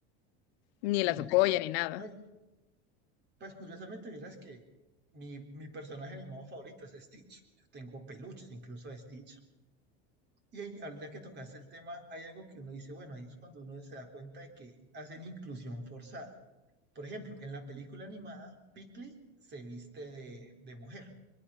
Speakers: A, on the left; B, on the right.
A: ni
B: sí.
A: las apoya ni nada.
B: No, y, Pues curiosamente, vieras que mi, mi personaje animado favorito es Stitch. Yo tengo peluches incluso de Stitch. Y ahí, al- ya que tocaste el tema, hay algo que uno dice, bueno, ahí es cuando uno se da cuenta de que hacen inclusión forzada. Por ejemplo, en la película animada, Piccoli se viste de, de mujer.